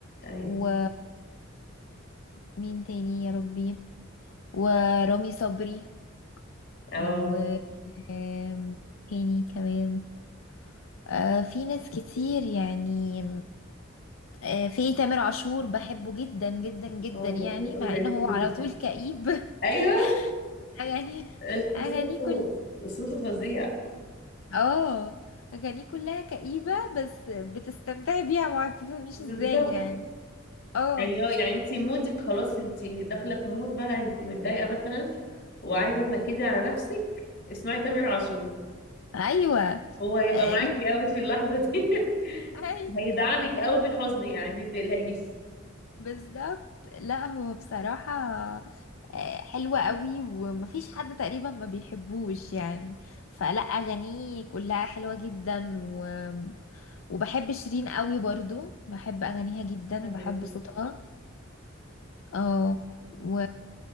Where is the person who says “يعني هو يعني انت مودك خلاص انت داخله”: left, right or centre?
Left